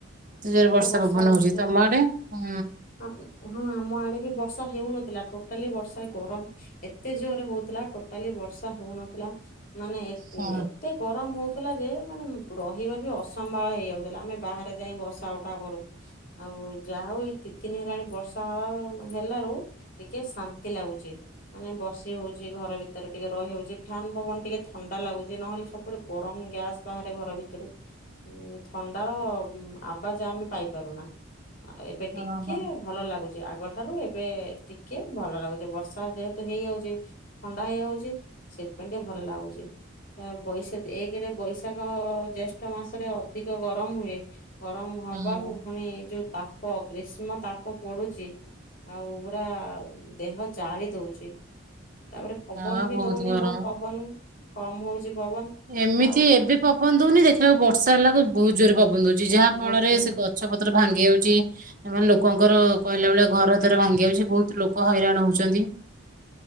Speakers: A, on the right; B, on the left.
A: ଜୋରେ
B: ଏତେ ବର୍ଷା
A: ପବନ
B: ହଉଛି,
A: ତମ
B: ହଁ।
A: ଆଡେ? ହୁଁ
B: ହଁ -ଉଁ - ହଁ, ଆମ ଆଡେ ବି ବର୍ଷା ହେଉନଥିଲା, ଟୋଟାଲି ବର୍ଷା ଗରମ୍ ଏତେ ଜୋର୍ରେ ହୋଉଥିଲା, ଟୋଟାଲି ବର୍ଷା ହଉନଥିଲା, ମାନେ ଏ
A: ହୁଁ ହୁଁ।
B: -ଏ ଏତେ ଗରମ୍ ହୋଉଥିଲା ଯେ, ମାନେ ରହିବା ବି ଅସମ୍ଭାଳ ହେଇଯାଉଥିଲା। ଆମେ ବାହାରେ ଯାଇ ବସ୍ ଟାଉ ଠାବରୁ ଆଉ ଯାହା ହଉ, ଏଇ ଦି ଦିନି ହେଲାଣି ବର୍ଷା ହବ୍ ବ୍ ହେଲାରୁ ଟିକେ ଶାନ୍ତି ଲାଗୁଛି। ମାନେ ବସି ହଉଛି ଘର ଭିତରେ ଟିକେ ରହି ହଉଛି ଫ୍ୟାନ୍ ପବନ ଟିକେ ଥଣ୍ଡା ଲାଗୁଛି ନହେଲେ ସବୁଡ୍ ଗରମ ଗ୍ୟାସ୍ ବାହାରେ ଘର ଭିତରୁ। ଥଣ୍ଡାର ଆବାଜ୍ ଆମେ ପାଇପାରୁନା ଆଉ ଏବେ
A: ଓହୋ।
B: ଟିକେ। ଭଲ ଲାଗୁଛି ଆଗଠାରୁ ଏବେ ଟିକେ ଭଲ ଲାଗୁଛି ବର୍ଷା ଯେହେତୁ ହେଇଯାଉଛି। ଥଣ୍ଡା ହେଇଯାଉଛି, ସେଥିପାଇଁ ଟିକେ ଭଲ ଲାଗୁଛି। ବୈଶା ଏକରେ ବୈଶାଖ ଅ ଜେଷ୍ଠ ମାସରେ ଅଧିକ ଗରମ ହୁଏ। ଗରମ ହବାକୁ
A: ହୁଁ
B: ପୁଣି, ଯୋଉ ତାପ ଗ୍ରୀଷ୍ମ ତାପ ପଡୁଛି। ଆଉ ପୁରା ଦେହ ଜାଳି ଦଉଛି। ତାପରେ ପବନ
A: ହଁ
B: ବି ଦଉନି
A: ଗରମ।
B: ବହୁତ ପବନ। କମ ହେଉଛି ପବନ।
A: ଏମିତି
B: ଆଉ
A: ଏବେ ପବନ ଦଉନି। ଦେଖିଲାକୁ ବର୍ଷା ହେଲାକୁ ବହୁତ ଜୋରରେ ପବନ ଦଉଛି। ଯାହା ଫଳରେ
B: ବହୁତ
A: ସେ ଗଛ ପତ୍ର ଭାଙ୍ଗି ଯାଉଛି। ଏମାନେ ଲୋକଙ୍କର କହିଲା ଭେଳିଆ ଘର ଦ୍ୱାର ଭାଙ୍ଗି ଯାଉଛି। ବହୁତ ଲୋକ ହଇରାଣ ହଉଛନ୍ତି।